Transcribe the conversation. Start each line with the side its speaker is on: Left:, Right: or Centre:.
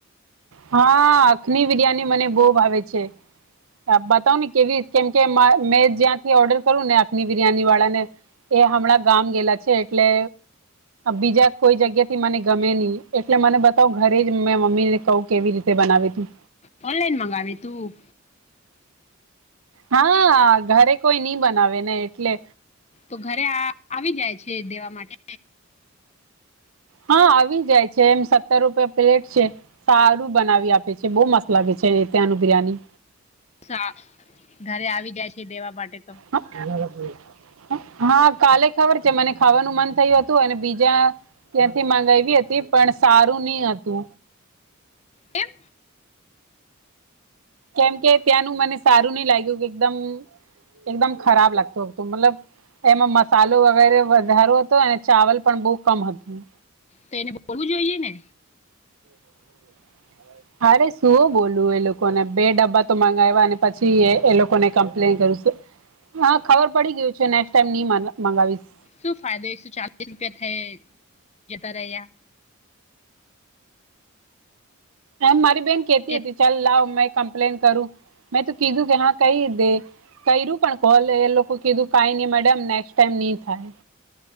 Right: હા અખની બિરયાની મને બહુ ભાવે છે. બતાવ ને કેવી રી કેમ કે મેં જ્યાંથી ઓર્ડર કરું ને આખની બિરિયાની વાળા ને. એ હમણાં ગામ ગેલા છે, એટલે. બીજા કોઈ જગ્યા થી મને ગમે નહી, એટલે મને બતાવ ઘરે જ મેં મમ્મી ને કહું. કેવી રીતે બનાવી ત
Left: ઓનલાઈન મગાવે તુ.
Right: હા ઘરે કોઈ નઈ બનાવે ને એટલે.
Left: તો ઘરે આવી જાય છે દેવા માટે.
Right: હા આવી જાય છે એમ સત્તર રૂપિયા પ્લેટ છે. સારું બનાવી આપે છે, બહુ મસ્ત લાગે છે ત્યાંનું બિરયાની.
Left: સા ઘરે આવી જાય છે દેવા માટે તો.
Right: હ એ હા કાલે ખબર છે મને ખાવાનું મન થયું હતું અને બીજા. ત્યાંથી મગાવી હતી પણ સારું નહ હતુ.
Left: કેમ.
Right: કેમ કે ત્યાંનું મને સારું નહ લાગ્યું કે એકદમ એકદમ ખરાબ લાગતો હતો, મતલબ. એમાં મસાલો વગેરે વધારો હતો અને ચાવલ પણ બહુ કમ હતું.
Left: તો એને બોલવું જોઈએ ને.
Right: હમ્મ અરે શું બોલું એ લોકોને બે ડબ્બા તો મગાવ્યા અને પછી એ લોકો ને કમ્પ્લેન કરુંશું. હા ખબર પડી ગયું છેને, ક્સ્ટ ટાઈમ નઈ મગાવીશ.
Left: શું ફાયદો એકસો ચાલીસ રૂપિયા થ જતા રહ્યા.
Right: મારી બહેન કેતી
Left: એ
Right: હતી ચાલ લાવ મેં કમપ્લેન કરું. મેં તો કીધું કે હા કઈ એે. કર્યું પણ કોલે એ લોકો કીધું કઈ ન મેડમ નેક્સ્ટ ટાઈમ નહી થાય.